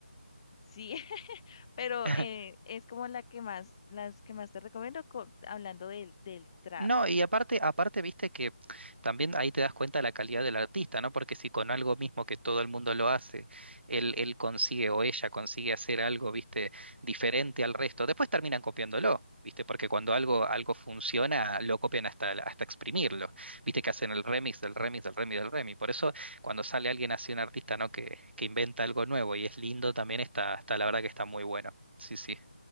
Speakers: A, on the left; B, on the right.
A: sí, <laughs> pero
B: <laughs>
A: eh, es como la que más, las que más te recomiendo co- hablando del, del trap,
B: No, y aparte, aparte, viste que también ahí te das cuenta de la calidad del artista, ¿no? Porque si con algo mismo que todo el mundo lo hace, él, él consigue o ella consigue hacer algo, viste, diferente al resto, después terminan copiándolo, viste, porque cuando algo, algo funciona, lo copian hasta, hasta exprimirlo, viste que hacen el remix del remix del remix del remix. Por eso, cuando sale alguien así, un artista, ¿no? Que, que inventa algo nuevo y es lindo, también está, está, la verdad que está muy bueno. Sí, sí.